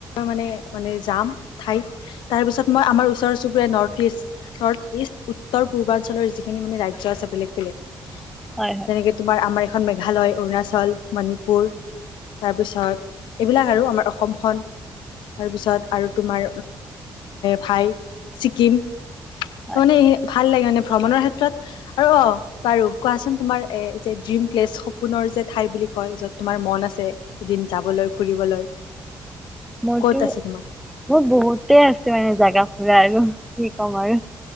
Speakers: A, on the left; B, in the centre.
A: মানে মানে যাম ঠাইত তাৰপিছত মই আমাৰ ওচৰ চুবুৰীয়া নৰ্থ ইষ্ট নৰ্থ ইষ্ট উত্তৰ পূৰ্বাঞ্চলৰ যিখিনি মানে ৰাজ আ আছে বেলেগ বেলেগ
B: হয় হয়
A: যেনেকে তোমাৰ আমাৰ খন মেঘালয় অৰুণাচল মণিপুৰ তাৰপিছত এইবিলাক আৰু আমাৰ অসমখন তাৰপিছত আৰু তোমাৰ ভাই ছিকিম।
B: হয়
A: ত মানে ভাল লাগে মানে ভ্ৰমণৰ ক্ষেত্ৰত আৰু অ বাৰু কোৱাচোন তোমাৰ এই যে ড্ৰিম প্লেচ সপোনৰ যে ঠাই বুলি কয় য'ত তোমাৰ মন আছে। এদিন যাবলৈ ফুৰিবলৈ
B: মোৰতো
A: ক'ত আছে তোমাৰ
B: মোৰ বহুতে আছে মানে জোগা ফুৰা আৰু কি ক আমাৰ